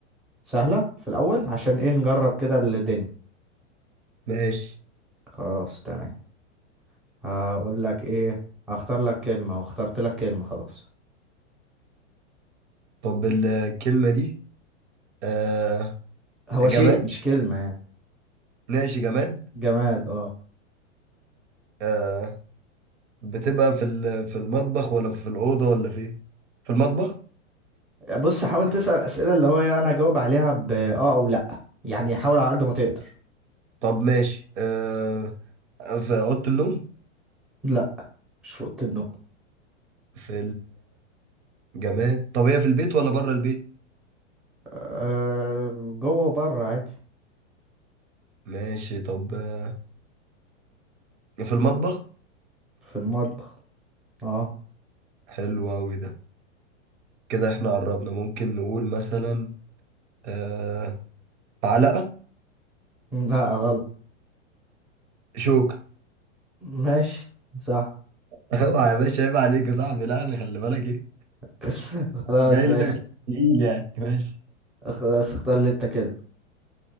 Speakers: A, in the centre; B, on the right.
A: سهلة في الاول عشان ايه نجرب كده الدنيا
B: ماشي
A: خلاص تمام هقول لك ايه هختار لك كلمة واخترت لك كلمة خلاص
B: طب الكلمة دي آه
A: هو
B: جماد
A: شيء مش كلمة يعني
B: ماشي جماد
A: جماد اه
B: آه بتبقى في ال- في المطبخ ولا في الأوضة ولا فين في المطبخ
A: بص حاول تسأل اسئلة اللي هو يعني انا اجاوب عليها ب اه او لا يعني حاول على قد ما تقدر
B: طب ماشي آه في أوضة النوم
A: لا مش في اوضه النوم
B: في الجماد طب هي في البيت ولا بره البيت
A: أه جوه وبره عادي
B: ماشي طب آه في المطبخ
A: في المطبخ اه
B: حلو أوي ده كده احنا قربنا ممكن نقول مثلا آه معلقة
A: لا غلط
B: شوكة
A: ماشي صح
B: اوعى يا باشا عيب عليك يا صاحبي لا انا خلي بالك ايه
A: <laughs> خلاص
B: جاي لك
A: ماشي
B: تقيل يعني ماشي
A: خلاص اختار اللي انت كلمة